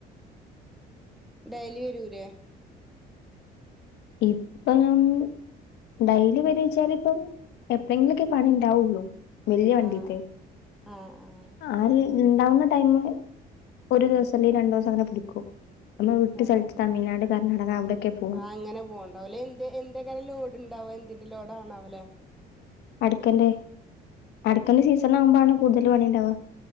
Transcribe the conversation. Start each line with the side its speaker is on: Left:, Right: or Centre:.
Centre: ഡെയ്ലി വരൂരെ
Left: ഉം ഇപ്പം ഡെയ്ലി വരുവെച്ചാല് ഇപ്പം എപ്പഴെങ്കിലൊക്കെ പണി ഇണ്ടാവുള്ളൂ വല്യ വണ്ടിത്തെ
Centre: ആ ആ ആ ആ
Left: ആര് ഇണ്ടാവുന്ന ടൈമ് ഒരു ദിവസം അല്ലെ രണ്ടൂസം അങ്ങനെ പിടിക്കു നമ്മൾ വിട്ട്
Centre: ആഹ്
Left: സ്ഥലത്ത്
Centre: ആഹ്
Left: തമിഴ്നാട് കർണാടക അവിടെയൊക്കെ പോകും
Centre: ആഹ് അങ്ങനെ പോകണ്ടാവല എന്ത് എന്തെക്കെ ലോഡ് ഉണ്ടാവോ എന്തിന്റെ ലോഡ ആണ് അവല്
Left: അടുക്കന്റെ അടുക്കന്റെ സീസൺ ആകുമ്പോാണ് കൂടുതൽ പണിക്കുണ്ടാവുക